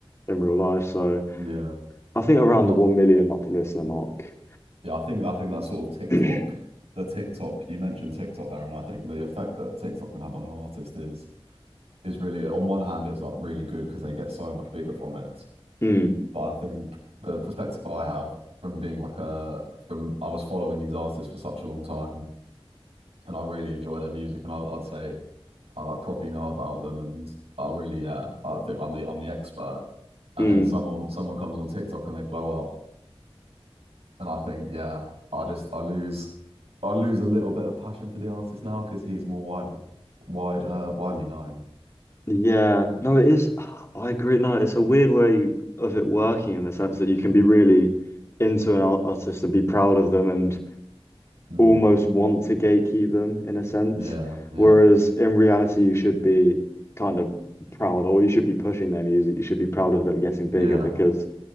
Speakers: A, on the left; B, on the right.
A: in real life. So
B: Yeah.
A: I think around
B: Not,
A: the 1 million monthly listener mark.
B: yeah. I think, I think that sort of TikTok,
A: <clears throat>
B: the TikTok, you mentioned TikTok there. And I think the effect that TikTok can have on an artist is, is really, on one hand, it's like really good because they get so much bigger from it.
A: Mm,
B: But I think the perspective I have from being like a from I was following these artists for such a long time and I really enjoy their music and I, I'd say I like properly know about them and I really yeah I think I'm the I'm the expert and
A: mm.
B: then someone someone comes on TikTok and they blow up and I think yeah I just I lose I lose a little bit of passion for the artist now because he's more wide wide uh widely known
A: Yeah, no, it is. <sighs> I agree. No, it's a weird way of it working in the sense that you can be really into an ar- artist and be proud of them and
B: Mm.
A: almost want to gatekeep them in a sense.
B: yeah yeah
A: Whereas in reality, you should be kind of proud or you should be pushing their music. You should be proud of them getting bigger
B: yeah
A: because